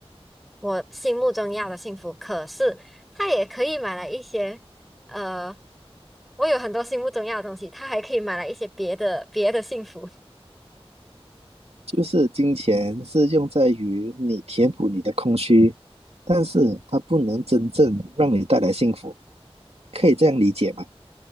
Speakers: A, in the centre; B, on the right.
A: 我心目中要的幸福，可是他也可以买来一些，呃，我有很多心目中要的东西，他还可以买来一些别的别的幸福。
B: 就是金钱是用在于你填补你的空虚，但是它不能真正让你带来幸福，可以这样理解吗？